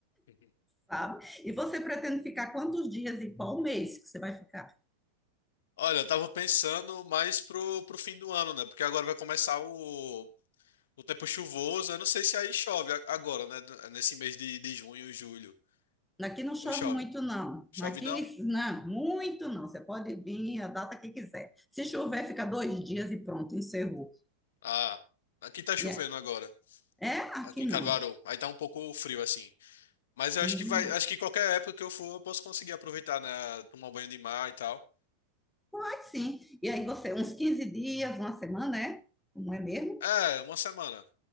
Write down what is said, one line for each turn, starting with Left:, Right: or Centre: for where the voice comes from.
Left: <laughs> Uhum.
Centre: Sabe? E você pretende ficar quantos dias e qual mês que você vai ficar?
Left: Olha, eu tava pensando mais pro, pro fim do ano, né? Porque agora vai começar o, o tempo chuvoso. Eu não sei se aí chove a- agora, né? Nesse mês de, de junho, julho.
Centre: Aqui não chove
Left: Ou chove?
Centre: muito, não.
Left: Chove
Centre: Aqui,
Left: não?
Centre: não, muito não. Você pode vir a data que quiser. Se chover, fica dois dias e pronto, encerrou.
Left: Ah, aqui tá chovendo
Centre: E é,
Left: agora.
Centre: é,
Left: aqui
Centre: aqui
Left: em
Centre: não.
Left: Caruaru. Aí tá um pouco frio assim. Mas eu
Centre: Hum,
Left: acho que vai, acho que qualquer época que eu for, eu posso conseguir aproveitar, né? Tomar um banho de mar e tal.
Centre: mas sim. E aí você, uns 15 dias, uma semana, é? Não é mesmo?
Left: É, uma semana.